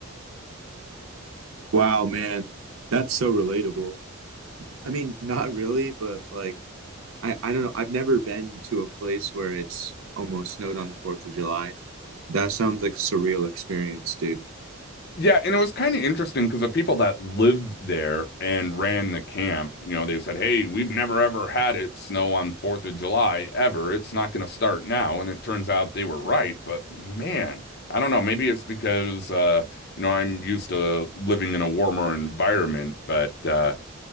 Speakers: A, on the right (about 70°); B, on the left (about 50°).
A: Wow, man, that's so relatable. I mean, not really, but like I, I don't know. I've never been to a place where it's almost snowed on the 4th of July. That sounds like a surreal experience, dude.
B: Yeah, and it was kind of interesting because the people that lived there and ran the camp, you know, they said, "Hey, we've never ever had it snow on 4th of July ever. It's not going to start now." And it turns out they were right, but man, I don't know, maybe it's because uh, you know, I'm used to living in a warmer environment, but uh